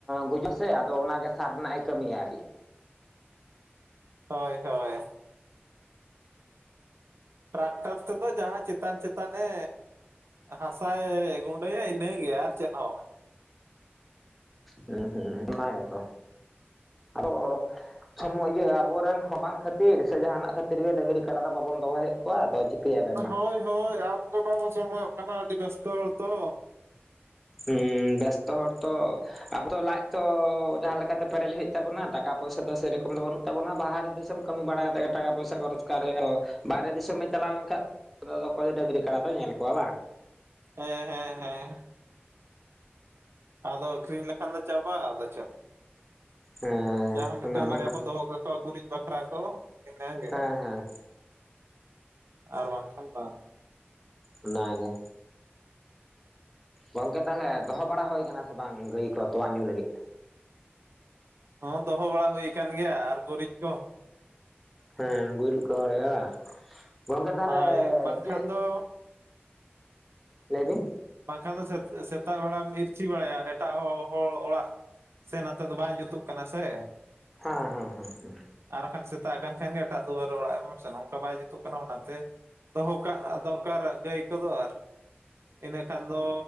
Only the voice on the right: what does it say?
ᱦᱳᱭ ᱦᱳᱭ᱾ ᱴᱨᱟᱠᱴᱟᱨ ᱛᱮᱫᱚ ᱡᱟᱦᱟ ᱪᱮᱛᱟᱱ ᱪᱮᱛᱟᱱᱮ ᱦᱟᱥᱟᱭ ᱜᱩᱱᱰᱟᱹᱭᱟ ᱤᱱᱟᱹ ᱜᱮ ᱟᱨ ᱪᱮᱫ ᱦᱚᱸ ᱵᱟᱝ᱾
ᱵᱟᱝ
ᱦᱳᱭ ᱦᱳᱭ ᱟᱵ ᱠᱚ ᱵᱟᱵᱚ ᱥᱚᱢᱚᱭᱚᱜ ᱠᱟᱱᱟ ᱟᱹᱰᱤ ᱵᱮᱥᱛᱚ ᱦᱚᱲ ᱛᱚ᱾
ᱦᱮᱸ ᱦᱮᱸ ᱦᱮᱸ᱾ ᱟᱫᱚ ᱟᱹᱠᱠᱨᱤᱧ ᱞᱮᱠᱷᱟᱱ ᱫᱚ ᱪᱟᱵᱟᱜ ᱟ ᱟᱫᱚ ᱪᱮᱫ᱾
ᱡᱟᱦᱟ ᱢᱤᱫᱴᱟᱝ
ᱵᱟᱨᱭᱟ
ᱵᱚᱱ ᱫᱚᱦᱚ ᱠᱟᱠᱚᱣᱟ ᱜᱩᱨᱤᱡ᱾ ᱵᱟᱠᱷᱨᱟ ᱫᱚ ᱤᱱᱟᱜᱮ
ᱟᱨ ᱵᱟᱝ ᱠᱷᱟᱱ ᱵᱟᱝ᱾
ᱦᱚᱸ ᱫᱚᱦᱚ ᱵᱟᱲᱟ ᱦᱩᱭ ᱟᱠᱟᱱ ᱜᱮᱭᱟ ᱟᱨ ᱜᱩᱨᱤᱡ ᱠᱚ᱾
ᱦᱳᱭ ᱵᱟᱝᱠᱷᱟᱱ
ᱫᱚ
ᱵᱟᱝᱠᱷᱟᱱ ᱫᱚ ᱥᱮᱛᱟᱜ ᱵᱮᱲᱟᱢ ᱤᱨᱪᱷᱤ ᱵᱟᱲᱟᱭᱟ ᱮᱴᱟᱜ ᱦᱚ ᱦᱚᱲ ᱚᱲᱟᱜ᱾ ᱥᱮ ᱱᱚᱛᱮ ᱫᱚ ᱵᱟᱭ ᱡᱩᱛᱩᱜ ᱠᱟᱱᱟ ᱥᱮ᱾
ᱟᱨ ᱵᱟᱠᱷᱟᱱ ᱥᱮᱛᱟᱜ ᱠᱟᱱ ᱠᱷᱟᱱ ᱜᱮ ᱮᱴᱟᱜ ᱫᱩᱣᱟᱹᱨ ᱨᱮ ᱚᱲᱟᱜ ᱵᱚᱱ ᱥᱮᱱᱚᱜ ᱜᱮ ᱵᱟᱭ ᱡᱩᱛᱩᱜ ᱠᱟᱱᱟ ᱚᱱᱟᱛᱮ᱾ ᱫᱚᱦᱚ ᱠᱟᱜ ᱫᱚᱨᱠᱟᱨᱟ ᱜᱟᱹᱭ ᱠᱚᱫᱚ ᱟᱨ ᱤᱱᱟᱹᱠᱷᱟᱱ ᱫᱚ